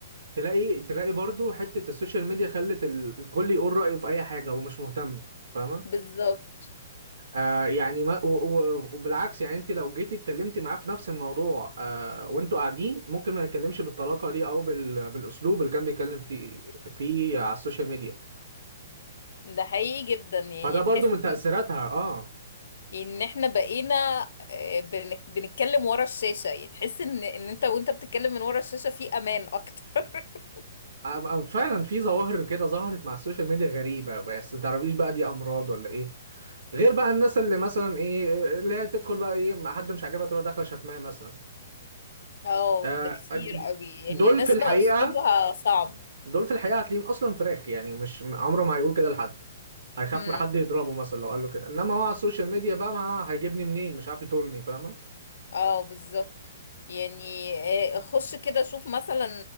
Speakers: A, on the right; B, on the left.
A: تلاقي تلاقي برضو حتة السوشيال ميديا خلت ال- الكل يقول رأيه في اي حاجة ومش مهتم فاهمة
B: بالظبط
A: آه يعني ما و- و- وبالعكس يعني انت لو جيتي اتكلمتي معاه في نفس الموضوع آه وانتوا قاعدين ممكن ما يتكلمش بالطلاقة دي او بال... بالاسلوب اللي كان بيتكلم فيه فيه على السوشيال ميديا
B: ده حقيقي جدا يعني
A: فده برضو
B: تحس
A: من تأثيراتها
B: ان
A: اه
B: يعني ان احنا بقينا آه، بنك- بنتكلم ورا الشاشة يعني تحس ان ان انت وانت بتتكلم من ورا الشاشة في امان اكتر <laughs>
A: أم- أم- فعلا في ظواهر كده ظهرت مع السوشيال ميديا غريبة بس متعرفيش بقى دي أمراض ولا إيه غير بقى الناس اللي مثلا إيه اللي هي بتدخل بقى إيه ما حد مش عاجبها تروح داخلة شتماه مثلا
B: اه
A: آه
B: ده كتير
A: د- د-
B: قوي يعني
A: دول
B: الناس
A: في الحقيقة
B: بقى اسلوبها صعب
A: دول في الحقيقة هتلاقيهم أصلا فراخ يعني مش عمره ما هيقول كده لحد هيخاف
B: امم
A: من حد يضربه مثلا لو قال له كده إنما هو على السوشيال ميديا بقى ما هيجيبني منين مش عارف يطولني فاهمة
B: اه بالظبط يعني آه، خش كده شوف مثلا